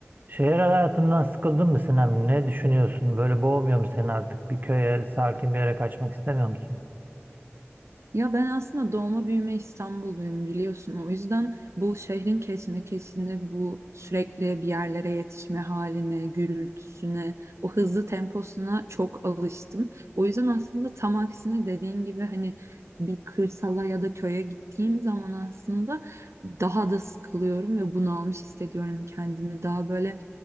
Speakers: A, on the right (about 40°); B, on the right (about 80°).
A: Şehir hayatından sıkıldın mı Sinem? Ne düşünüyorsun? Böyle boğmuyor mu seni artık? Bir köye, sakin bir yere kaçmak istemiyor musun?
B: Ya ben aslında doğma büyüme İstanbulluyum biliyorsun. O yüzden bu şehrin kesmekesini, bu sürekli bir yerlere yetişme haline, gürültüsüne, o hızlı temposuna çok alıştım. O yüzden aslında tam aksine dediğin gibi hani bir kırsala ya da köye gittiğim zaman aslında daha da sıkılıyorum ve bunalmış hissediyorum kendimi. Daha böyle